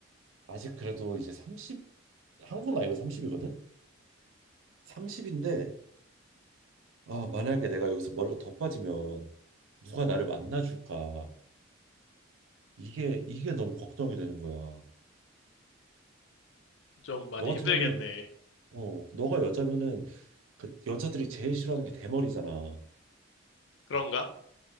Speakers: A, on the right; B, on the left.
A: 아직 그래도 이제 30 한국 나이로 30이거든. 30인데 아 만약에 내가 여기서 머리가 더 빠지면 누가 나를 만나줄까 이게 이게 너무 걱정이 되는 거야.
B: 좀 많이
A: 너 같으면은
B: 힘들겠네.
A: 어 너가 여자면은 그 여자들이 제일 싫어하는 게 대머리잖아.
B: 그런가?